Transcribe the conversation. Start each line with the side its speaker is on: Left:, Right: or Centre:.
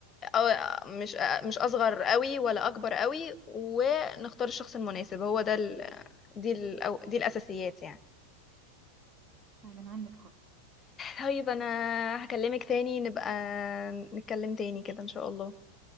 Left: أو- مش مش اصغر قوي ولا اكبر قوي ونختار الشخص المناسب هو ده ال... دي ال... أو دي الاساسيات يعني
Right: فعلا عندك حق
Left: طيب انا هكلمك تاني نبقى نتكلم تاني كده ان شاء الله